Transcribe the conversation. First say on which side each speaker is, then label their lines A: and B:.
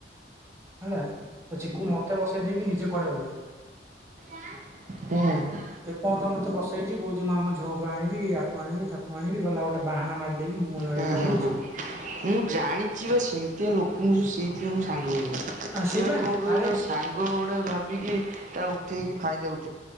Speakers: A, on the right (about 15°); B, on the right (about 45°).
A: ହେଲା ତ ଚିକୁ ମତେ ବସେଇ ଦେଇକି ନିଜେ କୁଆଡେ ଗଲା । <unintelligible>
B: ହୁଁ। ହୁଁ ।
A: ଏପ ତ ମତେ ବସେଇଛି କହୁଛି ମୁଁ ଆମ ଝୁଅକୁ ଆଣିବି ୟାକୁ ଆଣିବି ତାକୁ ଆଣିବି ଗଲା ଗୋଟେ ବାହାନା ମାରିଦେଇକି ମୁଁ ଗଲା
B: ହୁଁ
A: ଏକା
B: ହୁଁ
A: ବଇଛି
B: ହୁଁ।
A: ।
B: ମୁଁ ଜାଣିଛି ବା ସେମିତିଆ ଲୋକଙ୍କୁ ସବୁ ସେଇଥିପାଇଁ ମୁଁ ସାଙ୍ଗ ପାଇଁନି
A: ଆ ସେଇ
B: ସେମାନେ
A: ବା
B: କଣ କହିଲ
A: ଆରେ
B: ସାଙ୍ଗ ଗୁଡ଼େ ଭାବିକି ତା ଉଠେଇକି ଫାଇଦା ଉଠେ